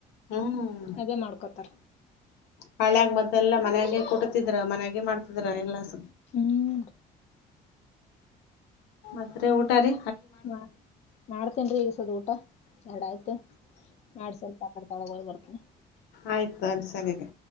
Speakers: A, on the left; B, on the left.
A: ಹ್ಮ್
B: ಅದೇ ಮಾಡ್ಕೊತಾರ
A: ಹಳಾಗ ಮದ್ದೆಲ್ಲ ಮಯಾಗೆ ಕೊಟ್ಟತಿದ್ರ ಮನ್ಯೆ ಮಾಡ್ತಿದ್ರ ಎಲ್ಲಸ
B: ಹ್ಮ್
A: ಮತ್ತೆ ಊಟ ರಿ
B: ಮಾ ಮಾಡ್ತೇನ್ ರಿ ಈಗಸದ ಊಟ ಎರಡ ಆಯ್ತು ಆಡ್ ಸ್ವಲ್ಪ ಆಡ್ ತೊಳಗೋದು ಬರ್ತನ್
A: ಆಯ್ತುರಿೀ ಸರಿ ರಿ